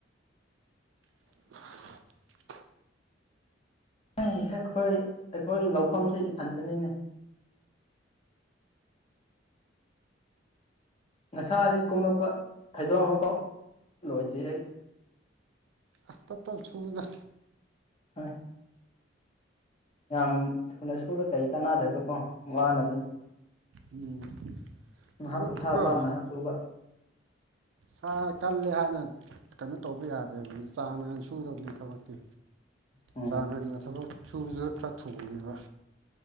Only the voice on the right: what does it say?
<inaudible>
ꯑ ꯁꯨꯗ
ꯎꯝ
ꯊꯕꯛꯇꯤꯀꯣ
ꯁꯥ ꯀꯜꯂꯦ ꯍꯥꯏꯅ ꯀꯩꯅꯣ ꯇꯧꯕ ꯌꯥꯗꯦꯕ ꯆꯥꯡ ꯅꯥꯏꯅ ꯁꯨꯗꯕꯅꯤ ꯊꯕꯛꯇꯤ
ꯆꯥꯅꯅ ꯊꯕꯛ ꯁꯨꯕꯁꯤꯗ ꯈꯔ ꯊꯨꯅꯦꯕ